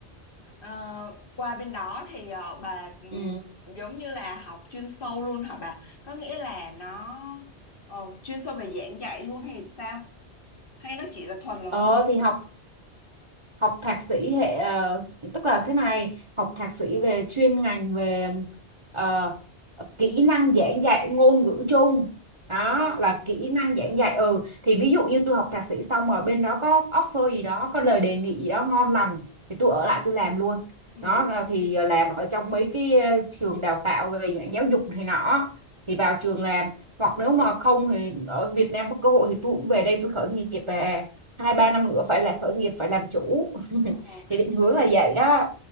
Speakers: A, on the left; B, on the right.
A: Ờ, qua bên đó thì ờ, bà ừm,
B: ừ.
A: giống như là học chuyên sâu luôn hả bà? Có nghĩa là nó ờ, chuyên sâu về giảng dạy luôn hay sao? Hay nó chỉ là thuần là
B: ờ
A: ngôn ngữ?
B: thì học học thạc sĩ hệ ờ, tức là thế này học thạc sĩ về chuyên ngành về ờ, kỹ năng giảng dạy ngôn ngữ chung
A: Ờ,
B: đó là kỹ
A: ừm,
B: năng giảng dạy ừ thì ví dụ như tôi học thạc sĩ xong mà bên đó có offer gì đó có lời đề nghị gì đó ngon lành thì tôi ở lại tôi làm luôn
A: ừm,
B: đó là thì làm ở trong mấy cái ờ, trường đào tạo về mảng giáo dục này nọ thì vào trường làm hoặc nếu mà không thì ở Việt Nam có cơ hội thì tôi cũng về đây tôi khởi nghiệp về hai ba năm nữa phải là khởi nghiệp phải làm chủ <laughs>
A: ờ.
B: thì định hướng là vậy đó